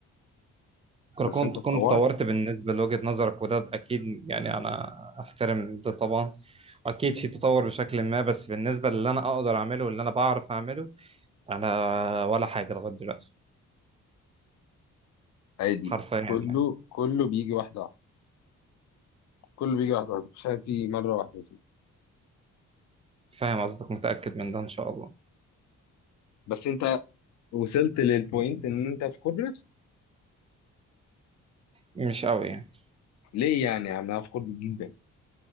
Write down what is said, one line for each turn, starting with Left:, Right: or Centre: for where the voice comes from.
Right: كنت
Left: بس انت اتطورت
Right: كنت طورت بالنسبة لوجهة نظرك وده أكيد يعني أنا أحترم ده طبعا أكيد في تطور بشكل ما بس بالنسبة للي أنا أقدر أعمله واللي أنا بعرف أعمله أنا ولا حاجة لغاية دلوقتي
Left: عادي
Right: حرفيا
Left: كله
Right: يعني
Left: كله بيجي واحده واحده كله بيجي واحده واحده مش حاجه بتيجي مره واحده يا سيدي.
Right: فاهم قصدك متأكد من ده إن شاء الله
Left: بس انت وصلت للبوينت ان انت فخور بنفسك
Right: مش قوي يعني
Left: ليه يعني يا عم انا فخور بيك جدا